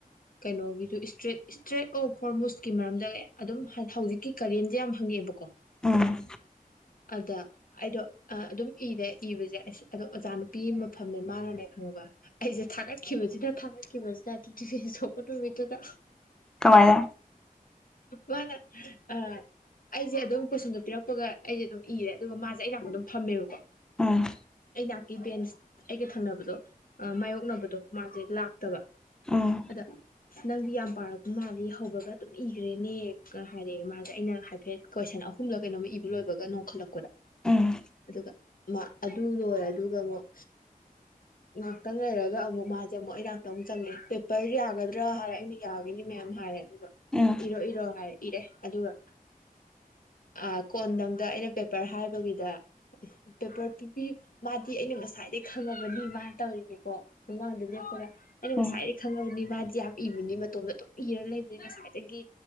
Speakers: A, on the left; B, in the centre.
A: ꯀꯩꯅꯣꯒꯤꯁꯨ ꯏꯁꯇ꯭ꯔꯦꯠ ꯏꯁꯇ꯭ꯔꯦꯠ ꯑꯣꯐ ꯍꯣꯔꯃꯨꯁꯀꯤ ꯃꯔꯝꯗꯒ ꯑꯗꯨꯝ ꯍꯧꯖꯤꯛꯀꯤ ꯀꯔꯦꯟꯁꯦ ꯌꯥꯝ ꯍꯪꯉꯛꯑꯦꯕꯀꯣ
B: ꯎꯝ
A: ꯑꯗ ꯑꯩꯗꯣ ꯑꯗꯨꯝ ꯏꯔꯦ ꯏꯕꯁꯦꯁ ꯑꯗꯣ ꯑꯣꯖꯥ ꯅꯨꯄꯤ ꯃꯐꯝꯅꯦ ꯃꯥꯅꯅꯦ ꯈꯪꯕ ꯑꯩꯁꯦ ꯊꯥꯒꯠꯈꯤꯕꯁꯤꯅ ꯊꯥꯒꯠꯈꯤꯕꯁꯤꯅ ꯑꯗꯨ ꯇꯤꯚꯦꯟ ꯁꯣꯛꯄ ꯅꯨꯃꯤꯠꯇꯨꯗ
B: ꯀꯃꯥꯏꯅ
A: ꯋꯥꯂ ꯑ ꯑꯩꯁꯦ ꯑꯗꯨꯝ ꯀꯣꯏꯁꯟꯗꯣ ꯄꯤꯔꯛꯄꯒ ꯑꯩꯁꯦ ꯑꯗꯨꯝ ꯏꯔꯦ ꯑꯗꯨꯒ ꯃꯥꯁꯦ ꯑꯩꯅꯥꯛꯅ ꯑꯗꯨꯝ ꯐꯝꯃꯦꯕꯀꯣ
B: ꯎꯝ
A: ꯑꯩ ꯅꯛ ꯒꯤ ꯕꯦꯟꯁ ꯑꯩꯒ ꯊꯪꯅꯕꯗꯣ ꯃꯥꯌꯣꯛꯅꯕꯗꯣ ꯃꯥꯁꯦ ꯂꯥꯛꯇꯕ
B: ꯎꯝ ꯎꯝ
A: ꯑꯗ ꯅꯪꯗꯤ ꯌꯥꯝ ꯄꯥꯔꯛꯄ ꯃꯥꯜꯂꯤ ꯍꯧꯕꯒ ꯑꯗꯨꯝ ꯏꯈ꯭ꯔꯦꯅꯦ ꯍꯥꯏꯗꯤ ꯃꯥꯁꯦ ꯑꯩꯅ ꯍꯥꯏꯐꯦꯠ ꯀꯣꯏꯁꯟ ꯑꯍꯨꯝꯂ ꯀꯩꯅꯣꯝꯃ ꯏꯕ ꯂꯣꯏꯕꯒ ꯅꯣꯡꯈꯠꯂꯛꯄꯗ
B: ꯎꯝ
A: ꯑꯗꯨꯒ ꯃꯥ ꯑꯗꯨ ꯂꯣꯏꯔꯦ ꯑꯗꯨꯒ ꯑꯃꯨꯛ ꯉꯥꯏꯍꯥꯛꯇꯪ ꯂꯩꯔꯒ ꯑꯃꯨꯛ ꯃꯥꯁꯦ ꯑꯃꯨꯛ ꯑꯩ ꯉꯍꯥꯛꯇꯪ ꯑꯃꯨꯛ ꯆꯪꯉꯦ ꯄꯦꯄꯔ ꯌꯥꯒꯗ꯭ꯔꯥ ꯍꯥꯏꯔ ꯑꯩꯅ ꯌꯥꯈꯤꯅꯤ ꯃꯦꯝ ꯍꯥꯏꯔ ꯏꯔꯣ
B: ꯎꯝ
A: ꯏꯔꯣ ꯍꯥꯏ ꯏꯔꯦ ꯑꯗꯨꯒ ꯑ ꯀꯣꯟꯗꯗ ꯑꯩꯅ ꯄꯦꯄꯔ ꯍꯥꯏꯕꯒꯤꯗ ꯄꯦꯄꯔ ꯄꯤꯕꯤ ꯃꯥꯗꯤ ꯑꯩꯅ ꯉꯁꯥꯏꯗꯒꯤ ꯈꯪꯉꯕꯅꯤ ꯃꯥꯅ ꯇꯧꯔꯤꯅꯦꯀꯣ ꯃꯃꯥꯡꯗ ꯂꯦꯞꯄꯔꯥ ꯉꯁꯥꯏꯔꯤ
B: ꯎꯝ
A: ꯈꯪꯉ ꯃꯥꯗꯤ ꯌꯥꯝ ꯏꯕꯅꯤ ꯃꯇꯣꯝꯗ ꯑꯗꯨꯝ ꯏꯔ ꯂꯩꯕꯅꯤ ꯉꯁꯥꯏꯗꯒꯤ